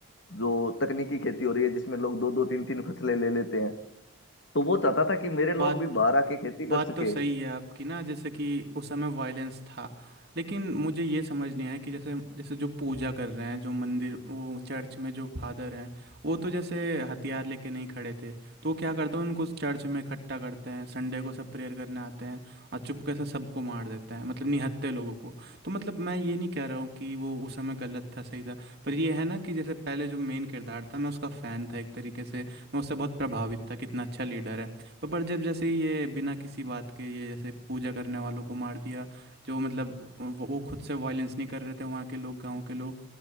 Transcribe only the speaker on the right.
बात
बात
तो सही है आपकी ना जैसे कि उस समय वायलेंस था लेकिन मुझे ये समझ नहीं आया कि जैसे जैसे जो पूजा कर रहे हैं जो मंदिर वो चर्च में जो फादर हैं वो तो जैसे हथियार लेके नहीं खड़े थे तो वो क्या करते हैं उनको उस चर्च में इकट्ठा करते हैं संडे को सब प्रेयर करने आते हैं और चुपके से सबको मार देते हैं मतलब निहत्थे लोगों को तो मतलब मैं ये नहीं कह रहा हूँ कि वो उस समय गलत था सही था पर ये है ना कि जैसे पहले जो मेन किरदार था मैं उसका फ़ैन था एक तरीके से मैं उससे बहुत प्रभावित था कितना अच्छा लीडर है पर पर जब जैसे ही ये बिना किसी बात के ये जैसे पूजा करने वालों को मार दिया जो मतलब वो वो खुद से वायलेंस नहीं कर रहे थे वहाँ के लोग गांव के लोग